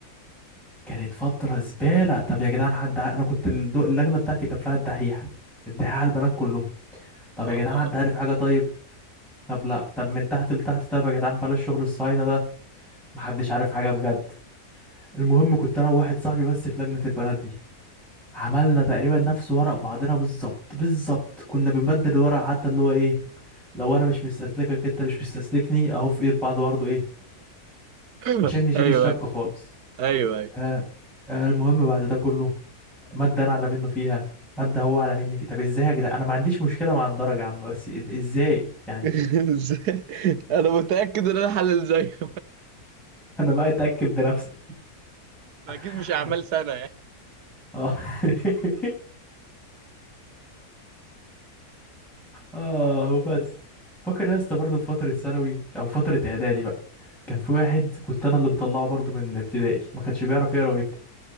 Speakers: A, in the centre; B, on the right.
A: كانت فتره زباله طب يا جدعان حد ع- انا كنت الدو- اللجنه بتاعتي كان فيها الدحيح الدحيح على البنات كلهم طب
B: آه.
A: يا جدعان حد عارف حاجة طيب طب لا طب من تحت لتحت طيب يا جدعان بلاش شغل الصهاينة ده محدش عارف حاجة بجد المهم كنت انا وواحد صاحبي بس في لجنة البنات دي عملنا تقريبا نفس ورق بعضنا بالظبط بالظبط كنا بنبدل الورق حتى اللي هو ايه لو انا مش مستسلكك انت مش مستسلكني اهو في ايد بعض برضه ايه
B: <laughs> ايوه
A: عشان نشيل
B: ايوه
A: الشك خالص
B: ايوه
A: آه آه المهم بعد ده كله مادة انا اعلى منه فيها مادة هو اعلى مني فيها طب ازاي يا جدعان انا ما عنديش مشكلة مع الدرجة يا عم بس ازاي يعني
B: <laughs> ازاي انا متاكد ان انا حلل زيه
A: انا بقى اتاكد بنفسي
B: <laughs> اكيد
A: اه
B: مش اعمال سنه يعني
A: <laughs> اه وبس فاكر يا اسطى برضه في فتره ثانوي او فتره اعدادي بقى كان في
B: <laughs>
A: واحد كنت انا اللي مطلعه برضه من ابتدائي ما كانش بيعرف يقرا ويكتب